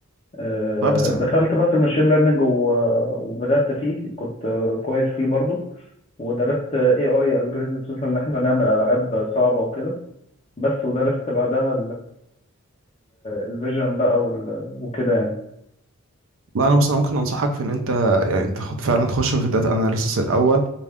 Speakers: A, on the left; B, on the right.
A: آه،
B: طيب بس
A: دخلت بقى في الماشين ليرنينج و- وبدات فيه كنت آه، كويس فيه برضو ودرست اي اي الجوريزم خصوصا ان احنا نعمل العاب صعبه وكده بس ودرست بعدها الفيجن بقى وال- وكده يعني
B: لا انا بص انا ممكن انصحك في ان انت يعني انت خد فعلا تخش في الداتا اناليسيس الاول